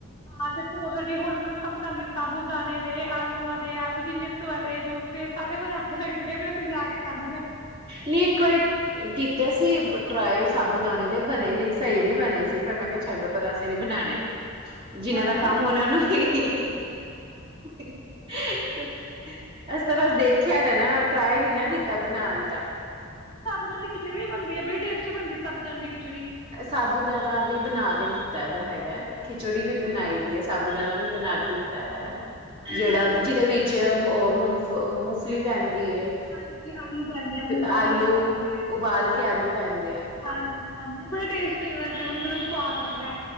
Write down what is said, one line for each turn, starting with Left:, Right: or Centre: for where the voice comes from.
Left: ਹਾਂ ਤੇ ਭੂਆ ਸਾਡੀ ਹੋਲੀ ਤੇ ਸਭ ਬਣਾਦੀ ਏ ਸਾਬੂ ਦਾਣੇ ਦੇ ਆਲੂਆਂ ਦੇ ਆਲੂ ਦੀ ਮਿਸ ਵਾਲੇ ਦੂਸਰੇ ਸਾਰੇ ਬਣਾ ਕੇ ਰੱਖਦੀ ਏ ਫੇਰ ਅਸੀਂ ਜਾ ਕੇ ਖਾਂਣੇ ਆਂ।
Right: ਨ੍ਹੀਂ ਇੱਕ ਵਾਰੀ ਕੀਤੇ ਸੀ ਟਰਾਏ ਸਾਬੂ ਦਾਣੇ ਦੇ ਬਣੇ ਨੀ ਸਹੀ ਨ੍ਹੀਂ ਬਣੇ ਸੀ ਫਿਰ ਮੈਂ ਕਿਆ ਛੱਡ ਪਰਾ ਅਸੀਂ ਨੀ ਬਣਾਣੇ। ਜਿਨਾਂ ਦਾ
Left: ਹਾਂ ਨਹੀਂ
Right: ਕੰਮ ਔਨਾਂ ਨੂੰ ਹੀ ਸ ਅਸੀ ਤਾਂ ਬਸ
Left: ਹੈ
Right: ਦੇਖਿਆ ਦਾ ਨੈ। ਟਰਾਈ ਨੀ ਨਾ ਕੀਤਾ ਬਣਾਣ ਦਾ
Left: ਸਾਬੂਦਾਨੇ ਦੀ ਖਿਚੜੀ ਵੀ ਬਣਦੀ ਐ, ਬਈ ਟੇਸਟੀ ਬਣਦੀ ਐ ਸਾਬੂਦਾਨੇ ਦੀ ਖਿਚੜੀ।
Right: ਸਾਬੂ ਦਾਨਾ ਵੀ ਬਣਾ ਕੇ ਦਿੱਤਾ ਦਾ ਹੈਗੈ। ਖਿਚੜੀ ਵੀ ਬਣਾਈ
Left: ਹਾਂ
Right: ਦੀ ਐ। ਸਭ ਬੂ ਦਾਨਾ ਵੀ ਬਣਾ ਕੇ ਦਿੱਤਾ ਹੋਯਾ ਐ।
Left: ਬਹੁਤ
Right: ਜੇੜਾ
Left: ਟੇਸਟੀ ਬਣਦੀ
Right: ਜਿਦੇ ਵਿੱਚ
Left: ਹੈ
Right: ਮੂੰਗ ਫ ਮੂੰਫਲੀ ਪੈਂਦ ਦੀ ਏ
Left: ਹਾਂਜੀ ਆਲੂ ਪੈਂਦੇ ਆ
Right: ਤੇ
Left: ਮੂੰਗਫਲੀ
Right: ਆਲੂ
Left: ਵਗੈਰਾ ਪੈਂਦੀ ਹੈ
Right: ਉਬਾਲ ਕੇ ਆਲੂ ਪੈਂਦੇ ਐ।
Left: ਹਾਂਜੀ ਬੜਾ ਟੇਸਟ ਲਗਦਾ ਗਰਮ ਗਰਮ ਸਵਾਦ ਲੱਗਦਾ